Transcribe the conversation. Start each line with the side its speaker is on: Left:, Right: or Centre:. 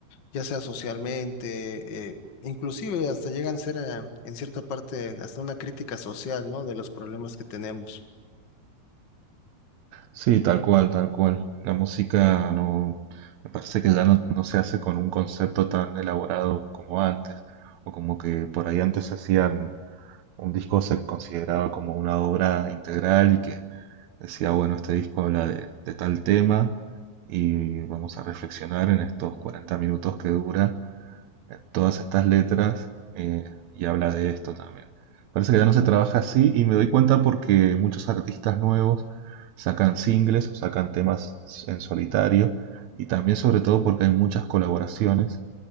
Left: ya sea socialmente, eh, inclusive hasta llegan a ser eh, en cierta parte hasta una crítica social, ¿no? De los problemas que tenemos.
Right: Sí, tal cual, tal cual. La música no, me parece que ya no, no se hace con un concepto tan elaborado como antes, o como que por ahí antes se hacían un disco se consideraba como una obra integral y que decía, bueno, este disco habla de, de tal tema y vamos a reflexionar en estos 40 minutos que dura en todas estas letras eh, y habla de esto también. Parece que ya no se trabaja así y me doy cuenta porque muchos artistas nuevos sacan singles o sacan temas en solitario y también sobre todo porque hay muchas colaboraciones,